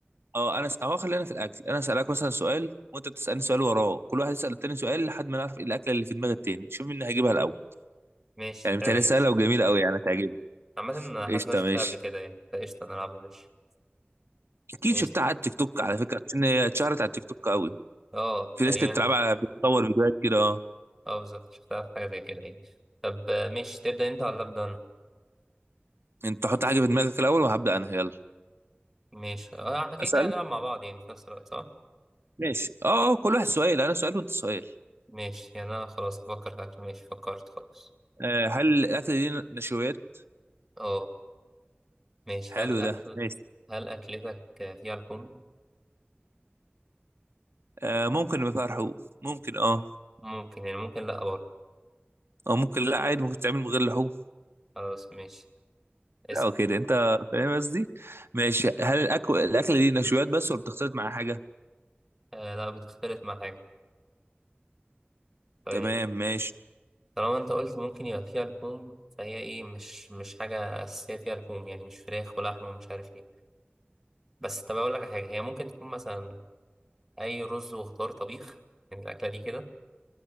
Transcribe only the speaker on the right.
اه انا س... اه خلينا في الاكل انا اسالك مثلا سؤال وانت بتسالني سؤال وراه كل واحد يسال التاني سؤال لحد ما نعرف إيه الاكله اللي في دماغ التاني شوف مين هيجيبها الاول
يعني بتهيألي
سهله وجميله قوي يعني هتعجبك
قشطه
ماشي
اكيد
شفتها على التيك توك على فكره عشان هي اتشهرت على التيك توك قوي
في
ناس كانت بتلعبها على بتصور فيديوهات كده اه
انت حط حاجه في دماغك الاول وهبدا انا يلا
اسال
ماشي اه آه، كل واحد سؤال انا سؤال وانت سؤال
آه هل الاكله دي نشويات
حلو
ده ماشي
آه ممكن يبقى فيها لحوم ممكن اه
او ممكن لا عادي ممكن تعمل من غير لحوم
لا وكده انت فاهم قصدي ماشي هل الاكل الاكله دي نشويات بس ولا بتختلط معاها حاجه
تمام ماشي